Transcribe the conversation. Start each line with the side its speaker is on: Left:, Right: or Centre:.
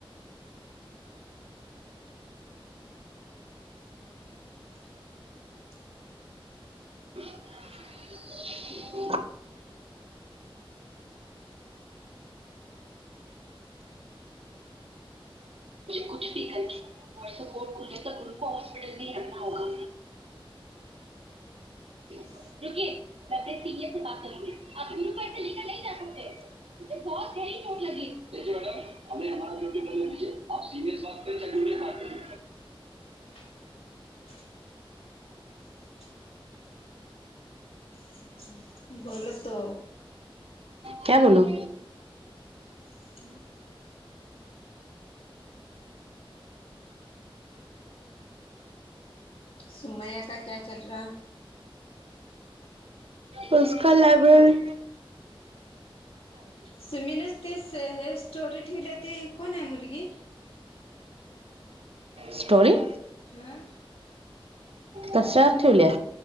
Left: <unintelligible>
Right: <unintelligible> <unintelligible> <unintelligible> मुझे कुछ भी करले परसो कोर्ट खुलने तक, हॉस्पिटल मे रखना होगा.
Left: <unintelligible>
Right: रुकीये में आपने सिनयर से बात करलुंगी आप तुनू को जसे लेकरं नहीं जा सकते. उसे बहोत गेहरी चोट लगी है देखीए मॅडम हमें हमारी ड्युटी करने दिजीए आप <unintelligible>
Left: <unintelligible> बोलो तो,
Right: क्या बोलू
Left: <unintelligible> सुमैय्या का क्या चल रहा.
Right: उस्का लॅबरेरी
Left: सुमीन ते हे, स्टोरी ठेवल्या ती कोण आहे मुलगी?
Right: <unintelligible> स्टोरी.
Left: हां.
Right: कसात ठेवल्या,